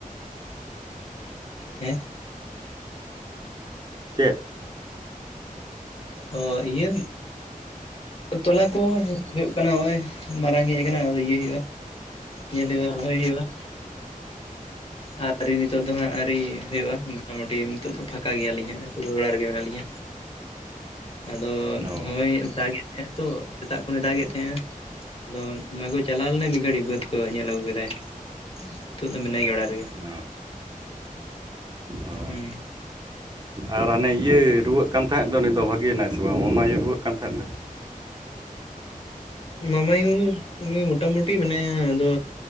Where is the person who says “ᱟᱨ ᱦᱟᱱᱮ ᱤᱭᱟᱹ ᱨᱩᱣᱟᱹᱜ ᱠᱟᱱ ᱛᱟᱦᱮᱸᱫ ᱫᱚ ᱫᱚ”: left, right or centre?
Right